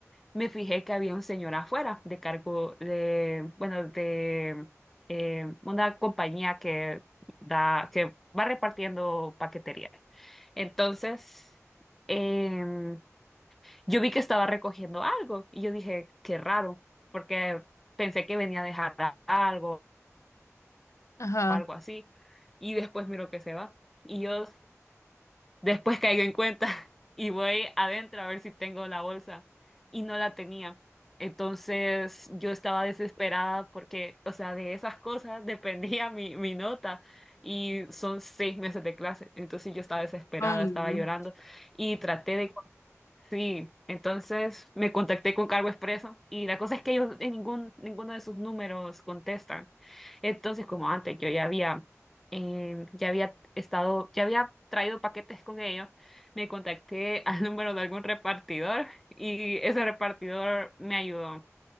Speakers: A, in the centre; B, on the left.
A: me fijé que había un señor afuera de cargo de, bueno, de eh, una compañía que da, que va repartiendo paquetería. Entonces, em, yo vi que estaba recogiendo algo y yo dije, qué raro, porque pensé que venía a dejar a- algo
B: Ajá.
A: o algo así. Y después miro que se va. Y yo Después caigo en cuenta <laughs> y voy adentro a ver si tengo la bolsa y no la tenía. Entonces yo estaba desesperada porque, o sea, de esas cosas <laughs> dependía mi, mi nota y son seis meses de clase. Entonces yo estaba desesperada,
B: Ay, no.
A: estaba llorando y traté de Sí, entonces me contacté con Cargo Expreso y la cosa es que ellos en ningún, ninguno de sus números contestan. Entonces, como antes, yo ya había, eh, ya había estado, ya había traído paquetes con ellos, me contacté al número de algún repartidor y ese repartidor me ayudó.